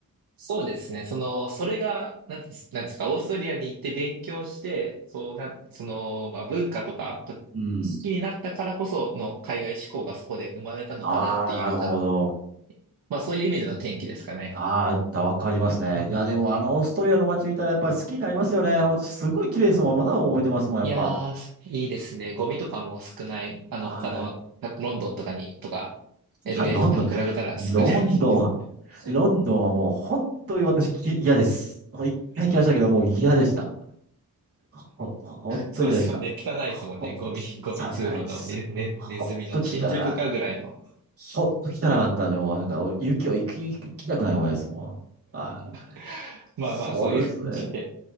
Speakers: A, on the right; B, on the right.
A: そうですね。その、それが、なんてなんですか、オーストリアに行って勉強して、そう、なん、その、まあ、文化とか、こ好
B: うん。
A: きになったからこその海外志向がそこで生まれたのかなっていうような、
B: ああ、なるほど。
A: まあ、そういう意味での転機ですかね。
B: ああ、わかりますね。
A: うん。
B: いや、でもあの、オーストリアの街見たらやっぱり好きになりますよね。私、すごい綺麗ですもん。まだ覚えてますもん、やっぱ。
A: いやー、いいですね。ゴミとかも少ない。あの、
B: は
A: 他の、ロンドンとかに、とか、LA
B: い。さ、ロンドン、
A: とかに比べたら少ない
B: ロンドン、
A: <laughs>
B: ロンドンはもう本当に私き嫌です。もう一回来ましたけど、もう嫌でした。ほ、ほんと嫌でした。
A: そうですよね。汚いですもんね。
B: ほ、
A: ゴミ、ゴミ通路のね、
B: 汚いっす。
A: ね、
B: ほんと汚い。
A: ネズミの新宿かぐらいの。
B: ほんと汚かったんで、もうなんか、俺雪を行き、行きたくないもんですもん。はい。
A: <laughs>
B: そうですね。
A: まあまあ、そういう感じで、